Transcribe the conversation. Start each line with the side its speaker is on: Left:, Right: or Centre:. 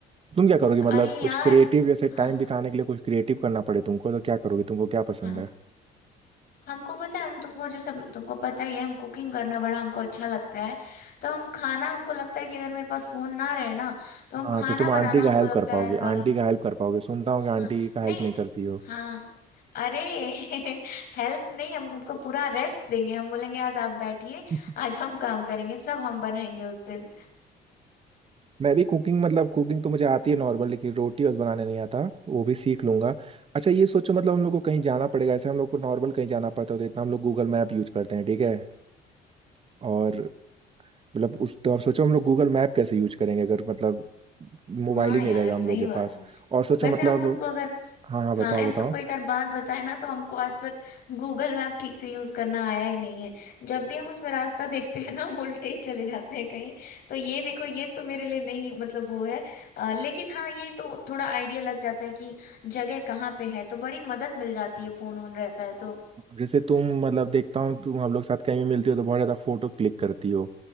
Right: तुम क्या करोगे मतलब
Left: अरे
Right: कुछ
Left: यार
Right: क्रिएटिव जैसे
Left: हाँ
Right: टाइम बिताने के लिए कुछ क्रिएटिव करना पड़े तुमको तो क्या करोगे तुमको क्या पसंद
Left: हाँ।
Right: है
Left: हमको पता है हम तुमको जैसे तुमको पता ही है हम कुकिंग करना बड़ा हमको अच्छा लगता है तो हम खाना हमको लगता है कि अगर मेरे पास फोन ना रहे ना तो हम
Right: हाँ
Left: खाना
Right: तो तुम आंटी
Left: बनाना
Right: का
Left: हमको
Right: हेल्प
Left: लगता
Right: कर पाओगे
Left: है ज्यादा
Right: आंटी का हेल्प कर पाओगे सुनता हूँ
Left: हाँ
Right: कि आंटी का
Left: नहीं
Right: हेल्प नहीं करती हो
Left: हाँ अरे <laughs> हेल्प नहीं हम उनको पूरा रेस्ट देंगे हम बोलेंगे आज आप बैठिए
Right: <laughs>
Left: आज हम काम करेंगे सब हम बनाएंगे उस दिन
Right: मैं भी कुकिंग मतलब कुकिंग तो मुझे आती है नॉर्मल लेकिन रोटी बस बनाने नहीं आता वो भी सीख लूंगा अच्छा ये सोचो मतलब हम लोग को कहीं जाना पड़ेगा ऐसे हम लोग को नॉर्मल कहीं जाना पड़ता है तो इतना हम लोग गूगल मैप यूज करते हैं ठीक है और मतलब उस तो आप सोचो हम लोग गूगल मैप कैसे यूज करेंगे अगर मतलब
Left: हाँ
Right: मोबाइल ही नहीं
Left: यार
Right: रहेगा
Left: सही
Right: हम लोग के
Left: बात
Right: पास और सोचो
Left: वैसे
Right: मतलब
Left: हम तुमको अगर
Right: हाँ हाँ
Left: हाँ
Right: बताओ
Left: अब
Right: बताओ
Left: तुमको एक और बात बताए ना तो हमको आज तक गूगल मैप ठीक से यूज करना आया ही नहीं है जब भी हम उसमें रास्ता <laughs> देखते हैं ना हम उल्टे ही चले जाते हैं कहीं तो ये देखो ये तो मेरे लिए नहीं मतलब वो है अ, लेकिन हाँ ये तो थोड़ा आइडिया लग जाता है कि जगह कहाँ पे है तो बड़ी मदद मिल जाती है फोन ऑन रहता है तो
Right: जैसे तुम मतलब देखता हूँ तुम हम लोग साथ कहीं भी मिलती हो तो बहुत ज्यादा फोटो क्लिक करती हो